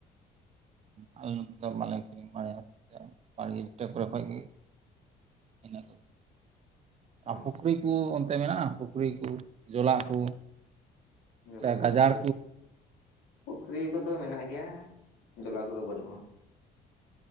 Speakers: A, on the right (about 40°); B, on the left (about 85°).
A: ᱟᱞᱮ ᱱᱚᱛᱮ ᱫᱚ ᱵᱟᱞᱮ ᱠᱤᱨᱤᱧ ᱵᱟᱲᱟᱭᱟ, ᱵᱟᱲᱜᱮ ᱵᱷᱤᱴᱟᱹ ᱠᱚᱨᱮ ᱠᱷᱚᱡ ᱜᱮ ᱤᱱᱟᱹ ᱠᱚᱜᱮ᱾ ᱟᱨ
B: ᱚ
A: ᱯᱩᱠᱷᱨᱤ ᱠᱩ ᱚᱱᱛᱮ ᱢᱮᱱᱟᱜ-ᱟ? ᱯᱩᱠᱷᱨᱤ ᱠᱩ ᱡᱚᱞᱟ ᱠᱚ?
B: ᱡᱚᱞᱟ
A: ᱥᱮ
B: ᱠᱚ
A: ᱜᱟᱡᱟᱲ
B: ᱯᱩᱠᱷᱨᱤ, ᱯᱩᱠᱷᱨᱤ ᱠᱚᱫᱚ ᱢᱮᱱᱟᱜ ᱜᱮᱭᱟ, ᱡᱚᱞᱟ ᱠᱚᱫᱚ ᱵᱟᱹᱱᱩᱜ-ᱟ᱾